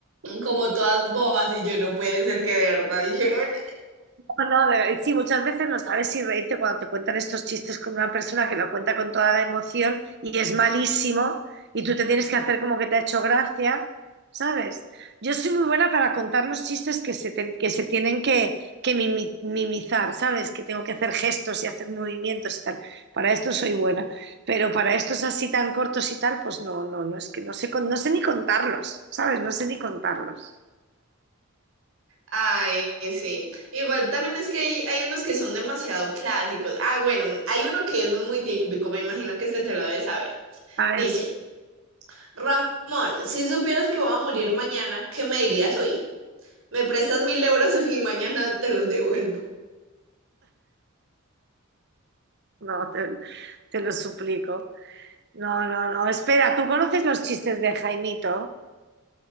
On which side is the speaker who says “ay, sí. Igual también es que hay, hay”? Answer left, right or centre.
Right